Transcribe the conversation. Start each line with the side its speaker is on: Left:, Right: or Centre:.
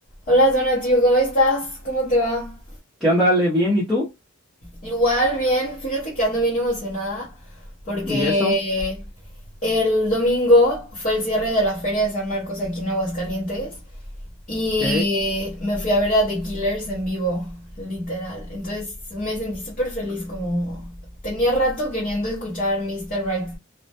Left: Hola Donatio, ¿cómo estás? ¿Cómo te va?
Centre: ¿Qué onda, Ale? ¿Bien? ¿Y tú?
Left: Igual, bien. Fíjate que ando bien emocionada porque
Centre: ¿Y eso?
Left: el domingo fue el cierre de la Feria de San Marcos aquí en Aguascalientes y
Centre: Ok.
Left: me fui a ver a The Killers en vivo, literal. Entonces me sentí súper feliz como tenía rato queriendo escuchar Mr. Right,